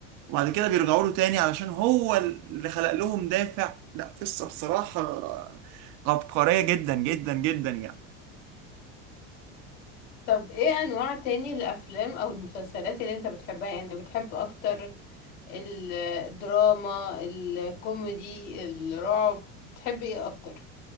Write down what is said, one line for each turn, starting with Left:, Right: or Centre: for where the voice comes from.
Right: وبعد كده بيرجعوا له تاني علشان هو اللي خلق لهم دافع لا قصة بصراحة عبقرية جدا جدا جدا يعني
Left: طب ايه انواع تاني الافلام او المسلسلات اللي انت بتحبها يعني بتحب اكتر الدراما الكوميدي الرعب بتحب ايه اكتر